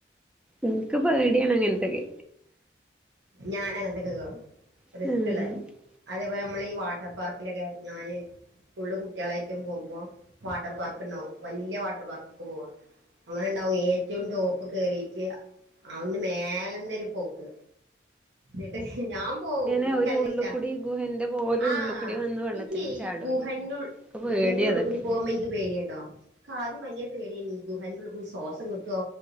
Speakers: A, in the centre; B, on the right.
A: എനിക്ക് പേടിയാണ് അങ്ങനത്തെക്കെ
B: ഞാൻ അങ്ങനത്തെ ഒക്കെ കേറും
A: ഉം
B: റിസ്ക് ഉള്ളത് അതേപോലെ അമ്മള് ഈ വാട്ടർ പാർക്കില് ഒക്കെ ഞാന് ഫുള്ള് കുട്ടികളായിട്ടും പോകുമ്പോ വാട്ടർ പാർക്ക് ഇണ്ണാവും വല്യ വാട്ടർ പാർക്കക്കു പോവാ അങ്ങനെ എണ്ടാവും ഏറ്റവും ടോപ്പ് കേറിട്ട് അന്റെ മേലന്ന് ഒരു പോക്ക് എന്നട്ട് ഞാം പോവും
A: ഇങ്ങനെ
B: എനിക്കല്ലഷ്‌ട
A: ഒരു ഉള്ളുകൂടി ഗുഹന്റെ പോലെ
B: ആഹ്
A: ഉള്ളുകൂടി വന്ന് വെള്ളത്തിലും
B: എനിക്ക്
A: ചാടുവല്ലോ
B: ഈ ഗുഹന്റെ ഉൾ
A: ഇൻക്ക്
B: ഗുഹന്റെ
A: പേടിയാ
B: ഉള്ളിൽ
A: അതൊക്കെ
B: കൂടി പോകുമ്പോ എനിക്ക് പേടിയ ട്ടോ ഇക്ക് ആദ്യം ഭയങ്കര പേടിന്ന് ഈ ഗുഹന്റെ ഉള്ളി കൂടി സോസം കിട്ടുവോ